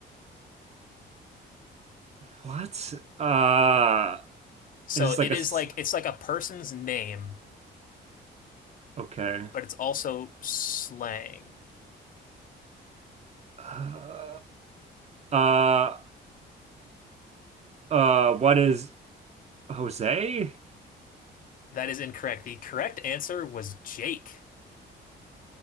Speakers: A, on the right; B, on the left.
A: What? Uh,
B: So
A: it is like
B: it
A: a
B: is
A: s-
B: like it's like a person's name,
A: okay.
B: but it's also slang.
A: Uh, uh, uh, what is Jose?
B: That is incorrect. The correct answer was Jake.